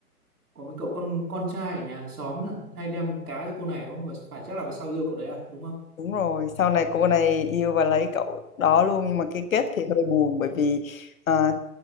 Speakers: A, on the right; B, on the left.
A: có mấy cậu con con trai ở nhà hàng xóm là hay đem cá cho cô này đúng không Và phải chắc là về sau yêu cậu đấy à đúng không
B: đúng rồi sau này cô này yêu và lấy cậu đó luôn nhưng mà cái kết thì hơi buồn bởi vì à,